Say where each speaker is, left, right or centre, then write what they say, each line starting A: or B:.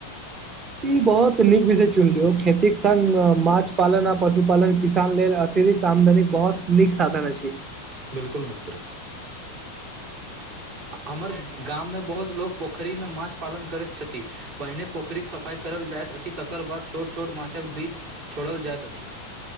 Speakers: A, on the right; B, on the right.
A: ई बहुत नीक विषय चुन लियौ खेतीक संग माछ पालन आ पशु पालन किसान लेल गृक आमदनी बहुत नीक साधन अ छी
B: बिलकुल मित्र हमर गाममे बहुत लोक पोखरिमे माछ पालन करैत छथि पहिने पोखरिक सफाइ करल जाइत अछि तकर बाद छोट छोट माछक विध छोड़ल जाइत अछि।